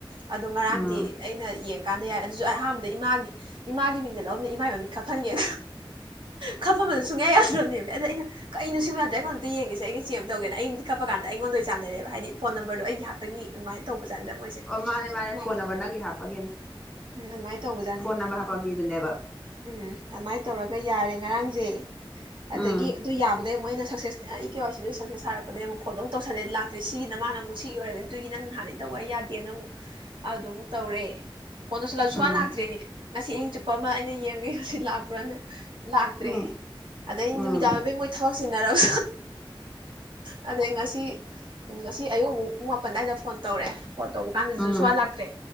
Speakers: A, on the right; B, in the centre.
A: ꯑꯗꯣ ꯉꯔꯥꯡꯗꯤ
B: ꯎꯝ
A: ꯑꯩꯅ ꯌꯦꯡ ꯀꯥꯟꯗ ꯌꯥꯏꯦ ꯑꯗꯨꯁꯨ ꯑꯩ ꯑꯍꯥꯟꯕꯗ ꯏꯃꯥ ꯏꯃꯥ ꯃꯤꯡꯗ ꯂꯧꯅ ꯏꯃꯥꯏ ꯃ ꯃꯤꯠ ꯈꯞ ꯐꯟꯒꯦ ꯈꯐꯝꯝꯕꯗꯣ ꯁꯨꯡꯌꯥ ꯌꯥꯗ꯭ꯔꯕꯅꯦꯕ ꯑꯗ ꯑꯩꯅ ꯀꯩꯅ ꯁꯨꯡꯌꯥ ꯌꯥꯗ꯭ꯔꯦ ꯑꯩꯉꯣꯟꯗ ꯑꯗ ꯌꯦꯡꯉꯦ ꯑꯩꯩꯅ ꯆꯦ ꯑꯃ ꯇꯧꯒꯦ ꯑꯩ ꯃꯤꯗꯤ ꯊꯛꯄ ꯀꯥꯟꯗ ꯑꯩꯉꯣꯟꯗ ꯆꯅꯔꯦꯕ ꯍꯥꯏꯗꯤ ꯐꯣꯟ ꯅꯝꯕꯔꯗꯣ ꯑꯩꯒꯤ ꯍꯥꯞꯄꯒꯤ ꯑꯗꯨꯃꯥꯏꯅ ꯇꯧꯕ ꯣꯏꯁꯦ
B: ꯑꯣ ꯃꯥꯅꯦ ꯃꯥꯅꯦ
A: ꯎꯝ
B: ꯐꯣꯟ ꯅꯝꯕꯔ ꯅꯪꯒꯤ ꯍꯥꯞꯄꯒꯤꯅꯦ
A: ꯑꯗꯨꯃꯥꯏꯅ ꯇꯧꯕꯖꯥꯠꯅꯤ
B: ꯐꯣꯟ ꯅꯝꯕꯔ ꯍꯥꯞꯄ ꯃꯤꯗꯨꯅꯦꯕ
A: ꯎꯝ ꯑꯗꯨꯃꯥꯏꯅ ꯇꯧꯔꯒ ꯌꯥꯔꯦ ꯉꯔꯥꯡꯁꯦ ꯑꯗꯒꯤ
B: ꯎꯝ
A: ꯑꯗꯨ ꯌꯥꯕꯗꯒꯤꯩ ꯃꯣꯏ ꯑꯅ ꯁꯛꯁꯦꯁ ꯑꯩ ꯏ ꯀꯦ ꯋꯥꯔꯤꯁꯤꯁꯨ ꯁꯛꯁ ꯁꯥꯔꯛꯄꯗꯒꯤ ꯑꯃꯨꯛ ꯐꯣꯟꯗꯨꯛ ꯇꯧꯁꯜꯂꯦ ꯂꯥꯛꯇꯦꯁꯤ ꯃꯥꯅ ꯑꯃꯨ ꯁꯤꯒꯤ ꯑꯣꯏꯔꯒꯅꯤ ꯑꯗꯨꯒꯤ ꯅꯪ ꯅꯍꯥꯟꯛ ꯇꯧ ꯌꯥꯗꯦꯅꯕꯨꯛ ꯑꯗꯨꯃꯨꯛ ꯇꯧꯔꯦ ꯐꯣꯟ ꯇꯧꯁꯤꯜꯂꯛꯑ ꯁꯨꯀꯥꯟꯅ
B: ꯎꯝ
A: ꯂꯥꯛꯇ꯭ꯔꯔꯤꯅꯦ ꯉꯁꯤ ꯑꯍꯤꯡ ꯆꯨꯞꯄ ꯑꯃ ꯑꯩꯅ ꯌꯦꯡꯉꯒꯦ ꯉꯁꯤ ꯂꯥꯛꯄ꯭ꯔꯥꯅ ꯂꯥꯛꯇ꯭ꯔꯦ
B: ꯎꯝ
A: ꯑꯗꯩ ꯅꯨꯃꯤꯗꯥꯡ
B: ꯎꯝ
A: ꯑꯣꯏꯕꯩ ꯃꯣꯏ ꯊꯕꯛ ꯁꯤꯟꯅꯔꯕ ꯑꯗꯩ ꯉꯁꯤ ꯉꯁꯤ ꯑꯌꯨꯛ ꯑꯃꯨꯛ ꯄꯨꯡ ꯃꯥ ꯑꯗꯥꯏꯗ ꯐꯣꯟ ꯇꯧꯔꯦ ꯐꯣꯟ ꯇꯧꯕ ꯀꯥꯟꯗꯁꯨ
B: ꯎꯝ
A: ꯁꯨꯋꯥ ꯂꯥꯛꯇ꯭ꯔꯦ